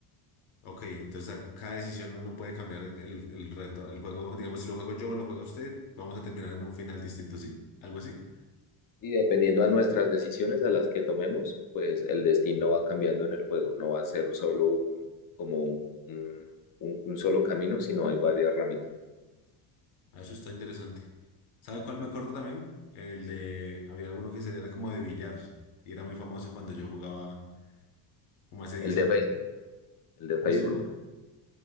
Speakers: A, on the left; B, on the left.
A: Ok, entonces a cada decisión uno puede cambiar el, el reto, el juego. Digamos, si lo juego yo o lo juega usted, vamos a terminar en un final distinto, ¿sí? Algo así.
B: Y dependiendo a nuestras decisiones, a las que tomemos, pues el destino va cambiando en el juego. No va a ser solo un, como un, un- un- un solo camino, sino hay varias ramitas.
A: Ah, Eso está interesante. ¿Sabe cuál me acuerdo también? El de, había uno que se era como de billar y era muy famoso cuando yo jugaba como hace 10
B: El
A: años.
B: de Facebook, el de
A: ¿Cómo
B: Facebook,
A: se llama?